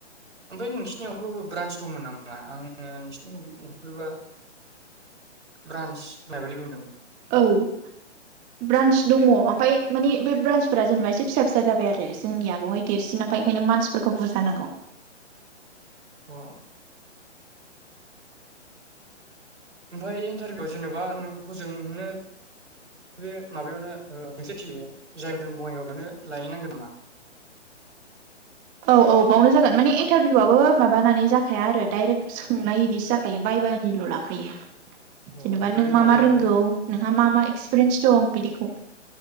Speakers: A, on the right; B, on the right.
A: ओमफ्राय नोंसिनियावबो ब्रान्स दंमोन नामा आङो नोंसिनि हैबा ब्रान्स होननाय बायदि बुंदों।
B: औ ब्रान्स दङ ओमफाय माने बे ब्रान्सफोरा जेनेबा एसे फिसा फिसा जाबाय आरो जोंनिया बेवहाय‌ देरसिन मफ्राय ओंखायनो मानसिफोरखौ बुरजाांगौ।
A: अ ओमफफ्राय इन्टारभिउआव जेनेबा हजोंनो बे माबायावनोसेथियो जायगदों बङाइगाव बेनो लायैनांगोन नामा?
B: औ औ बावनो जागोन माने इन्टारभिउआबो माबानानै जाखाया आरो दडाइरेक्ट सोंनाय बिदिसो लाायो बायबानिल' लाखायो।
A: <inaudible>
B: जेनेबा
A: ओमफ्राय
B: नों मा
A: माबाया
B: मा रोंगौ नोंहा मा मा एक्सपिरियेन्स दं बिदिखौ।